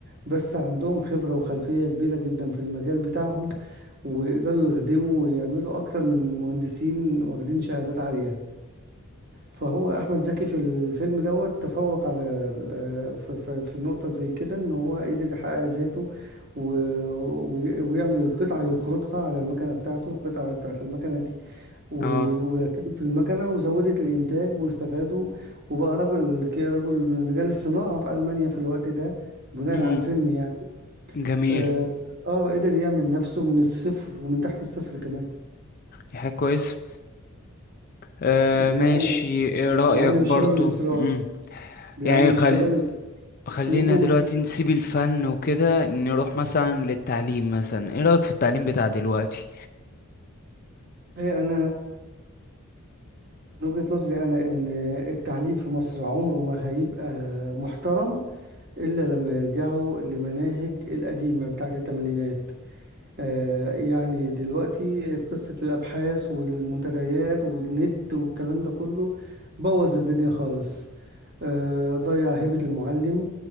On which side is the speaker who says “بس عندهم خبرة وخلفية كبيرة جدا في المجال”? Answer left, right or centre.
Right